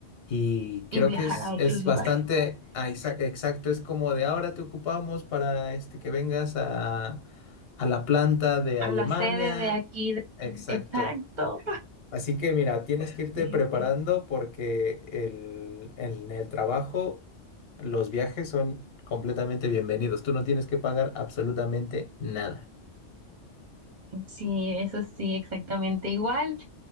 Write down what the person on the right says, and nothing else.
y viajar
a otros
lugares.
A
la sede de aquí. de-
Exacto.
Sí,
sí.
Sí, eso sí, exactamente. Igual